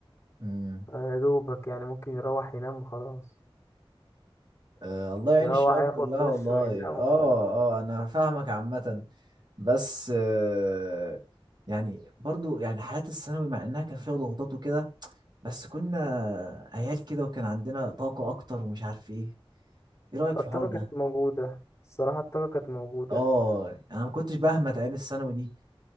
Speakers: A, on the right; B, on the left.
A: امم
B: آه، يا دوبك يعني ممكن يروح ينام وخلاص
A: آه الله يعين
B: يروح
A: الشباب
B: اه ياخد
A: كلها
B: دش
A: والله
B: وينام
A: اه
B: وخلاص
A: اه انا فاهمك عامة بس آه يعني برضو يعني حياة الثانوي مع انها كان فيها ضغوطات وكده بس كنا عيال كده وكان عندنا طاقة اكتر ومش عارف ايه ايه رأيك
B: الطاقة
A: في الحوار ده
B: كانت موجودة الصراحة الطاقة كانت موجودة
A: اه انا ما كنتش بهمت ايام الثانوي دي